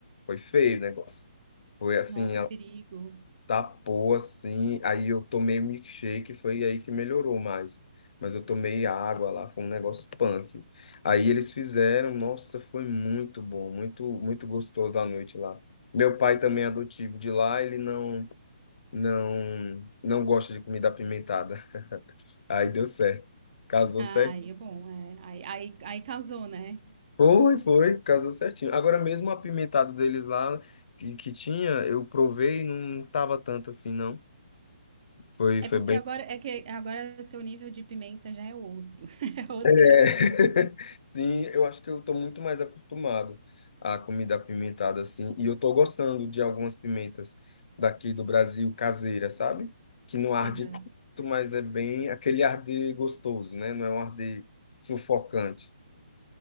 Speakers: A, on the left (about 60°); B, on the right (about 45°).
A: Foi feio o negócio. Foi assim,
B: Nossa, que perigo.
A: tapou assim, aí eu tomei um milkshake, foi aí que melhorou mais. Mas eu tomei água lá, foi um negócio punk. Aí eles fizeram, nossa, foi muito bom, muito muito gostoso a noite lá. Meu pai também é adotivo de lá, ele não não não gosta de comida apimentada. <laughs> Aí deu certo. Casou
B: Ai,
A: certo.
B: é bom, é. Aí, aí, aí causou, né?
A: Foi, foi, casou certinho. Agora mesmo o apimentado deles lá que, que tinha, eu provei e não tava tanto assim, não. Foi,
B: É
A: foi
B: porque
A: bem
B: agora é que agora teu nível de pimenta já é outro, <laughs> é outra.
A: É, <laughs> sim, eu acho que eu tô muito mais acostumado à comida apimentada, assim, e eu tô gostando de algumas pimentas daqui do Brasil, caseira, sabe? Que não arde
B: Aham.
A: tanto, mas é bem aquele arde gostoso, né? Não é um arde sufocante.